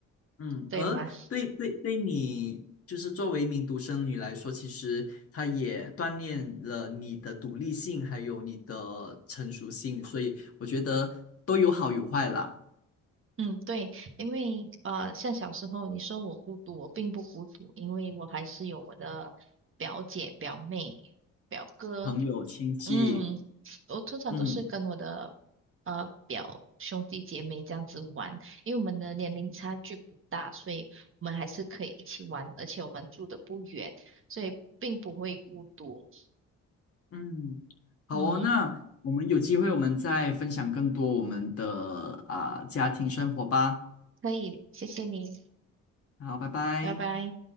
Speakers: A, on the left; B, on the right.
A: 嗯，
B: 对吗？
A: 而对对对你，就是作为一名独生女来说，其实她也锻炼了你的独立性，还有你的成熟性，所以我觉得都有好有坏啦，
B: 嗯，对，因为呃，像小时候你说我孤独，我并不孤独，因为我还是有我的表姐、表妹、表哥。
A: 朋友、亲戚，
B: 嗯，我通常都是跟我的
A: 嗯。
B: 呃表兄弟姐妹这样子玩，因为我们的年龄差距不大，所以我们还是可以一起玩，而且我们住的不远，所以并不会孤独。
A: 嗯，好哦，
B: 嗯，
A: 那我们有机会我们再分享更多我们的啊、家庭生活吧。
B: 可以，谢谢你，
A: 好，拜拜。
B: 拜拜。